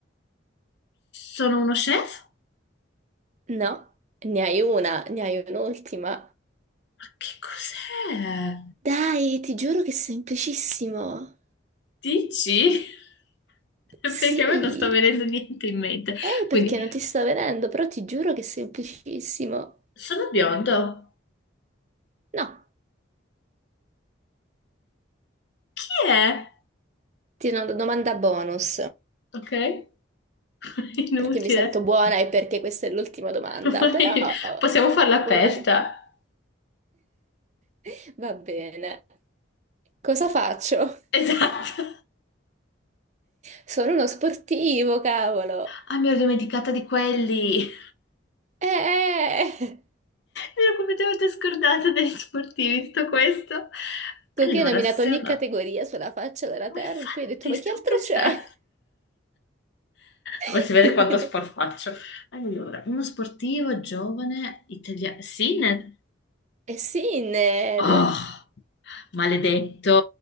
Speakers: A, on the left; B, on the right.
A: Sono uno chef?
B: No, ne hai una, ne hai un'ultima.
A: Ma che cos'è?
B: Dai, ti giuro che è semplicissimo.
A: Dici? <laughs> Perché
B: Sì,
A: a me non sta venendo niente in mente.
B: eh, perché
A: Quindi,
B: non ti sta venendo, però ti giuro che è semplicissimo.
A: sono biondo.
B: No,
A: Chi è?
B: ti do una domanda bonus,
A: Ok? <laughs> Inutile.
B: perché mi sento buona e perché questa è l'ultima domanda,
A: Ormai
B: però
A: Possiamo farla aperta.
B: voglio... <laughs> Va bene, cosa faccio?
A: Esatto.
B: Sono uno sportivo, cavolo.
A: Ah, mi ero dimenticata di quelli.
B: Eh! eh.
A: Mi ero completamente scordata degli sportivi, tutto questo. Allora,
B: Tu che hai nominato
A: se
B: ogni
A: uno...
B: categoria sulla faccia della
A: Ma
B: terra
A: infatti
B: e poi hai detto, ma
A: sto
B: chi altro
A: pensando...
B: c'è? <laughs>
A: Ma si vede quanto sport faccio. Allora, uno sportivo giovane italiano... Sinner?
B: E Sinner!
A: Oh, maledetto.